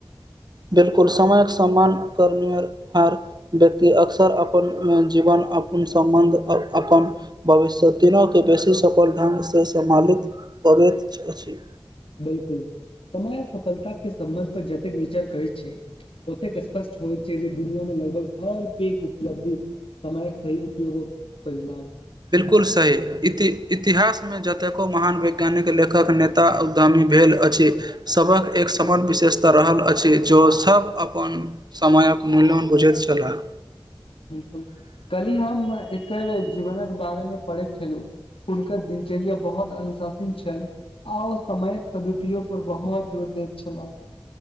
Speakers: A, on the right; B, on the left.
A: बिलकुल समयक सम्मान करनिहार व्यक्ति अक्सर अपन जीवन अपन संबन्ध आ अपन भविष्य तीनू के बेसी सफल ढंगसँ सम्मिलित पबैत अछि
B: बिलकुल समय सफलता के सम्बन्ध पर जतेक विचार करै छै ओतेक स्पष्ट होइ छै जे दुनिया मे लगभग हर पैघ उपलब्धि समयक सहि उपयोगो परिणाम
A: बिलकुल सही इति इतिहास मे जतेको महान वैज्ञानिक लेखक नेता उध्यामी भेल अछि सभक एक समान विशेष ता रहल अछि जो सभ अपन समयक मूल्यवान बुझैत छलाह
B: बिल्कुल कलहि हम एकर जीवनक बारेमे पढ़ैत छलहुँ हुनकर दिनचर्या बहुत अनुशासीत छल आ ओ समयक सदुपयोग पर बहुत जोर देत छलाह